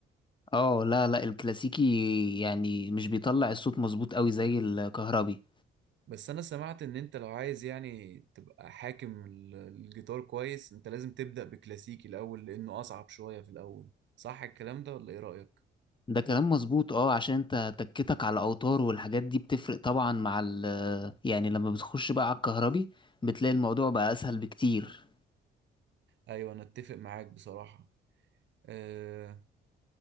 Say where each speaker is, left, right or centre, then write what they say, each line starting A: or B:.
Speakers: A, on the left (about 25°); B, on the right (about 65°).
A: اه لا لا الكلاسيكي يعني مش بيطلع الصوت مظبوط أوي زي الكهربي
B: بس انا سمعت ان انت لو عايز يعني تبقى حاكم ال- الجيتار كويس انت لازم تبدأ بكلاسيكي الاول لانه اصعب شويه في الاول صح الكلام ده ولا ايه رأيك
A: ده كلام مظبوط اه عشان انت تكتك على اوتار والحاجات دي بتفرق طبعا مع ال يعني لما بتخش بقى على الكهربي بتلاقي الموضوع بقى اسهل بكتير
B: ايوه انا اتفق معاك بصراحه أه